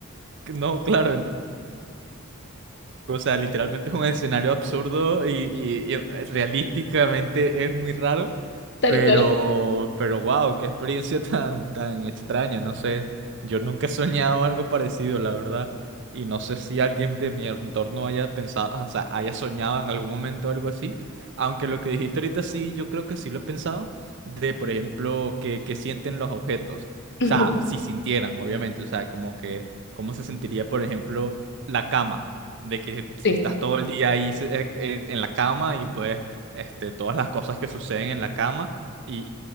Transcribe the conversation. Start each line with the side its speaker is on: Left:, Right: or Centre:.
Right: <laughs> No, claro. en- O sea, literalmente es un escenario absurdo y, y- y eh, realísticamente es muy raro.
Left: tal
Right: Pero,
Left: cual.
Right: pero wow, qué experiencia <laughs> tan, tan extraña, no sé. Yo nunca he soñado algo parecido, la verdad. Y no sé si alguien de mi entorno haya pensado, o sea, haya soñado en algún momento algo así. Aunque lo que dijiste ahorita sí, yo creo que sí lo he pensado. De, por ejemplo, que, que sienten los objetos.
Left: Ujú,
Right: O sea, si sintieran, obviamente. O sea, como que, cómo se sentiría, por ejemplo, la cama. De que si
Left: Sí.
Right: estás todo el día ahí eh, eh, en la cama y pues este, todas las cosas que suceden en la cama. Y,